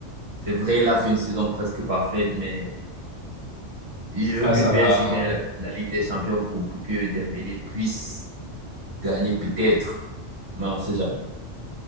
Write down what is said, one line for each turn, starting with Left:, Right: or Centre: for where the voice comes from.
Right: C'est vrai, il a fait une saison presque parfaite, mais Je veux
Left: Ouais,
Right: que
Left: ça
Right: le PSG
Left: va.
Right: gagne la, la Ligue des Champions pour, pour que Dembélé puisse gagner peut-être, mais on ne sait jamais.